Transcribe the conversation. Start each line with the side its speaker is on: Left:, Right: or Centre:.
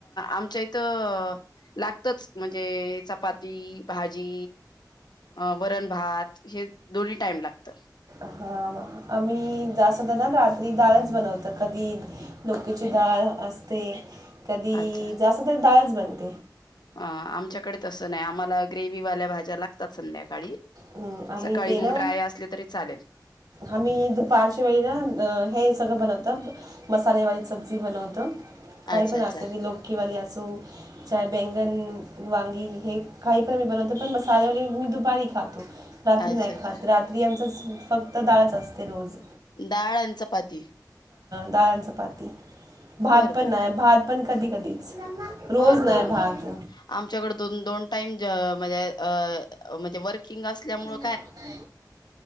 Left: आमच्या इथं लागतच म्हणजे चपाती भाजी वरण भात हे दोन्ही टाईम लागत.
Right: हा आम्ही जा असध ना रात्री डाळच बनवत कधी डोकेची डाळ असते. कधी
Left: अच्छा
Right: जास्त <unintelligible>
Left: अ आमच्याकडे तसं नाही आम्हाला ग्रेव वाल्या भाज्या लागतात संध्याकाळी.
Right: हम् आणि
Left: सकाळी
Right: ते
Left: मग
Right: ना
Left: ड्राय असले तरी चालेल
Right: आम्ही दुपारच्या वेळी ना हे सगळं बनवतो. तब मसाले सब्जी बनव त काही
Left: अच्छा
Right: पण
Left: अच्छा
Right: असे लो वी अस. बैंगण वांगी हे कााही पण मी बनवते पण मसाले वगैरे मी दुपारी खातो. रात्री
Left: अच्छा
Right: नाही
Left: अच्छा
Right: खात रात्री आमच. फक्त डाळच असते रोज
Left: डाळ आणि चपाती
Right: डाळ चपाती. भात
Left: बर
Right: पण
Left: बर
Right: नाही भात पण. कधी कधी? रोज
Left: बर बर
Right: नाहीय भाात.
Left: बर आमच्याकडे दोन दोन टाईम म्हणजे म्हणजे वर्किंग असल्यामुळ
Right: ह